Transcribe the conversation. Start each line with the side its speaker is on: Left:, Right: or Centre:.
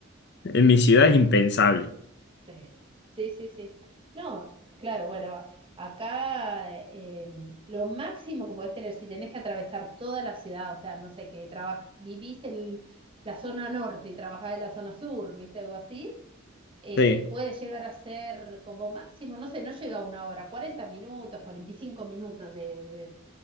Left: en mi ciudad es impensable.
Right: sí, sí, sí, sí. No, claro, bueno, acá eh, em, lo máximo que podés tener, si tenés que atravesar toda la ciudad, o sea, no sé, que trabajas, vivís en la zona norte y trabajás en la zona sur, ¿viste? Algo así, eh,
Left: Sí,
Right: puede llegar a ser como máximo, no sé, no llega a una hora, 40 minutos, 45 minutos de,